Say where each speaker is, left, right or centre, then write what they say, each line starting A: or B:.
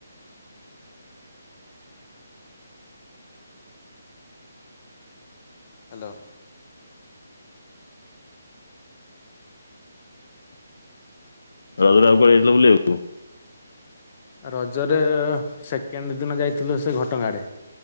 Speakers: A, on the left; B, on the left.
A: ହ୍ୟାଲୋ।
B: ରଜରେ ଆଉ କୁଆଡେ଼ ଯାଇଥିଲ ବୁଲିବାକୁ?
A: ରଜରେ ସେକେଣ୍ଡ ଦିନ ଯାଇଥିଲୁ ସେ ଘଟଗାଁ ଆଡ଼େ।